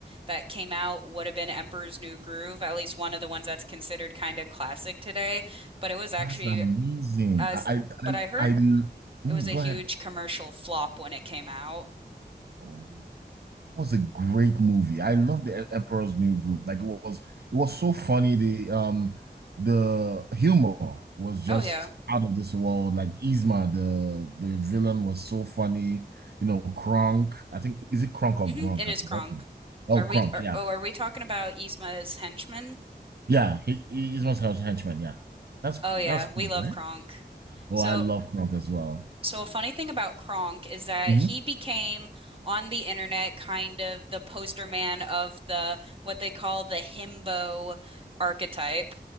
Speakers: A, on the right; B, on the right.
A: that came out would have been Emperor's New Groove, at least one of the ones that's considered kind of classic today, but it was actually
B: that's amazing.
A: as
B: I,
A: but
B: I,
A: I heard
B: I, I mm,
A: it was a
B: go
A: huge
B: ahead.
A: commercial flop when it came out.
B: Oh, that was a great movie. I love the E- Emperor's New Groove. Like it was, it was so funny. The um, the humor was just
A: Oh yeah.
B: out of this world. Like Yzma, the the villain was so funny. You know, Kronk. I think is it Kronk or
A: hmm
B: Gronk?
A: It
B: I've
A: is
B: forgotten.
A: Kronk.
B: Oh,
A: Are
B: Kronk.
A: we are,
B: Yeah,
A: oh, are we talking about Yzma's henchman?
B: yeah. He, he, Yzma's henchman. Yeah, that's
A: Oh yeah,
B: that's Kronk,
A: we love
B: right?
A: Kronk.
B: Oh,
A: So
B: I love Kronk as well.
A: So a funny thing about Kronk is that
B: Mhm.
A: he became on the internet kind of the poster man of the what they call the himbo archetype.